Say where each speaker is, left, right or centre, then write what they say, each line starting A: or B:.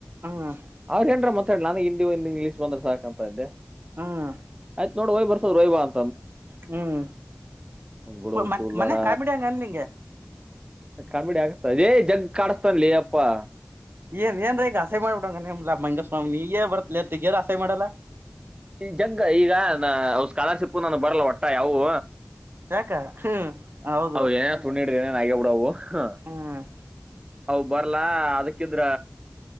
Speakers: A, on the right; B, on the right.
A: ಹ್ಮ್
B: ಅವ್ರ ಏನ್ರ ಮ ನನ ಹಿಂದಿ ಒಂದು ಇಂಗ್ಲೀಷ್ ಬಂದ್ರೆ ಸಾಕಕ್ಂತ ಇದ್ದೆ
A: ಹ್ಮ್
B: ಆಯ್ತ ನೋಡಿ ವಯ್ ಬರ್ಸೋದ ರ ವಯಬ ಅ
A: ಹ್ಮ್
B: ಅವ್ನ್ ಬಿಡು
A: ಇ ಮ
B: ತೂಲಾಡ
A: ಮನೆ ಕಾಮಿಡ ಅಂಗನ್ಲ್ಲಂಗ
B: ಕಾಮಿಡಿ ಆಗ್ತ ಅದೇ ಜಗ್ ಕಾಡಿಸತನ್ಲಿ ಅಪ್ಪಾ
A: ಏನ್ ಏನ್ರೀ ಈಗ ಆಸೆ ಮಾಡ್ಬಿಡಂಗ ನಿಮ್ಲ ಮಂಗಸ್ವಾಮಿನಗ ಬರ್ತತಿ ಅತ್ತಗಾರ ಆಸೆ ಮಾಡಲ್ಲ
B: ಈ ಜಂಗ ಈಗ ಸ್ಕಾಲರ್ಶಿಪ್ ನಾನು ಬರಲ್ಲ ಒಟ್ಟ ಯಾವವು
A: ಯಾಕ ಹ್ಮ್ ಹೌದು
B: ಅ ಏನ ತೊಂಡ ಇಡಿದ ನನ್ ಆಗ್ಯಬಡವು ಹ
A: ಹ್ಮ್
B: ಅ ಬರ್ಲ ಅದಕ್ಕಿದ್ರ